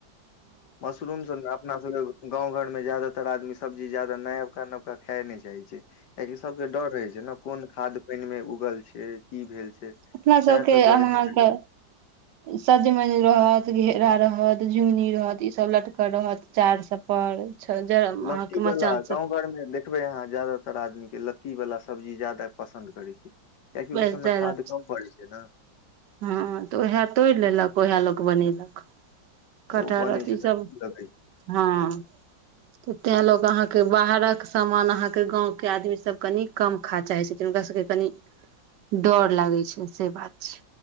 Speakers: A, on the left; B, on the right.
A: मशरूम सब अपना सब गाँव घर मे जदातर आदमी सब। सब्ी जादा नयवका नबका खायइ छै। छै कियाकि सबके डर रहै छै ने कोन खाद। पैन मे उगल छै की भेल छै। सएह
B: अपना सबके
A: सब दुआरे
B: अहाँके
A: नहि खरीद।
B: सजमनि रहत। घेरा रहत झुनी रहत ई सब लटक रहत चार सब पर। अहाँके
A: लत्ती वालला
B: मचान
A: गाँं
B: सब
A: घरमे देखबै अहाँ ज्यदातर आदमी के लत्त। प्ती बला सब्जी ज्यादा। पसन्द करैत छी कियकि
B: बैस
A: ओहि सबमे
B: जायलक
A: खाद कम पड़ै छै ने।
B: हँ तऽ उएह तोड़ि लेलक उएह लोक बनेलक।
A: तऽ
B: कटहरतसभ
A: ओ बनै छै तऽ नीक लगै छै
B: हँ। तऽ तें ल अहाँके बाहरक सामान अहाँके गाँंव के आदमी सब कनि कम खा चाहे छथिन हुनका सबके कनि डर लागे छ से बात छै।